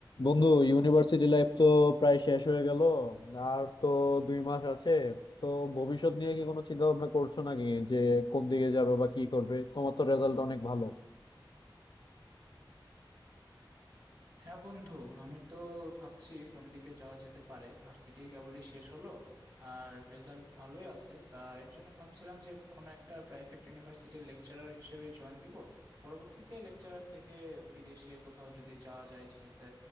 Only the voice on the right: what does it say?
হ্যাঁ বন্ধু আমি তো ভাবছি কোন দিকে যাওয়া যেতে পারে ভার্সিটি কেবলই শেষ হলো আর রেজাল্ট ভালোই আছে তা এর জন্য ভাবছিলাম যে কোনো একটা প্রাইভেট ইউনিভার্সিটির লেকচারার হিসেবে জয়েন দিব পরবর্তীতে লেকচারার থেকে বিদেশে কোথাও যদি যাওয়া যায় যেতে